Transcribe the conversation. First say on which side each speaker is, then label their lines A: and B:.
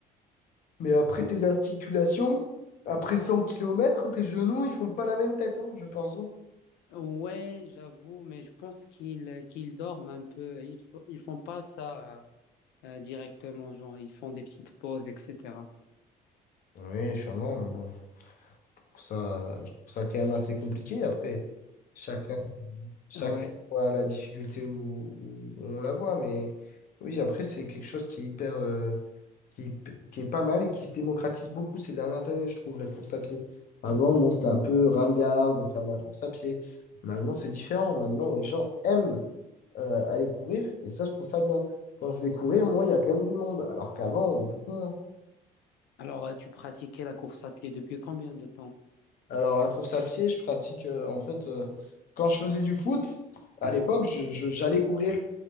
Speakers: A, on the left; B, on the left.
A: Mais après tes articulations, après 100 kilomètres tes genoux, ils font pas la même tête, hein, je pense. hein.
B: Ouais, j'avoue, mais je pense qu'ils qu'ils dorment un peu. Ils fo- ils font pas ça euh, euh, directement, genre ils font des petites pauses, etc.
A: Oui, sûrement, mais bon, je trouve ça, je trouve ça quand même assez compliqué. Après, chacun, chacun
B: Ouais.
A: voit la difficulté où, où on la voit, mais oui, après, c'est quelque chose qui est hyper, euh, qui, est p- qui est pas mal et qui se démocratise beaucoup ces dernières années, je trouve, la course à pied. Avant, bon, c'était un peu ringard de faire de la course à pied. Maintenant, c'est différent. Maintenant, les gens aiment euh, aller courir et ça, je trouve ça bien. Quand je vais courir, moi, il y a quand même du monde, alors qu'avant, beaucoup moins.
B: Alors, euh, tu pratiquais la course à pied depuis combien de temps?
A: Alors, la course à pied, je pratique euh, en fait euh, quand je faisais du foot à l'époque, je- je- j'allais courir.